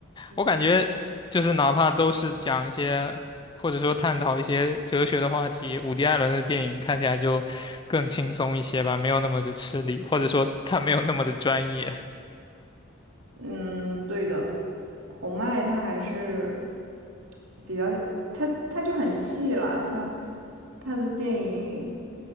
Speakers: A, on the right; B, on the left.
A: 嗯，
B: 我感觉就是哪怕都是讲一些，或者说探讨一些哲学的话题，伍迪·艾伦的电影看起来就更轻松一些吧，没有那么的吃力，或者说他没有那么的专业。
A: <laughs> 嗯，对的，侯麦它还是比较，它它就很细了，它它的电影